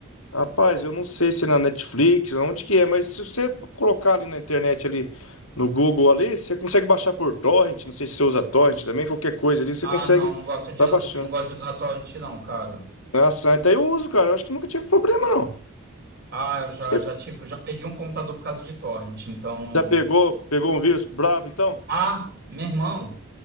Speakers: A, on the left; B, on the right.
A: Rapaz, eu não sei se é na Netflix, onde que é, mas se você colocar ali na internet, ali no Google ali, você consegue baixar por torrent, não sei se você usa torrent também, qualquer coisa ali, você
B: Ah,
A: consegue
B: não, não gosto de,
A: tá baixando.
B: não gosto de usar torrent, não, cara.
A: Ah, Santa, eu uso, cara, eu acho que nunca tive problema, não.
B: Ah, eu já,
A: Você
B: já tive, já pedi um computador por causa de torrent, então. não-
A: já pegou, pegou um vírus bravo, então?
B: Ah, meu irmão.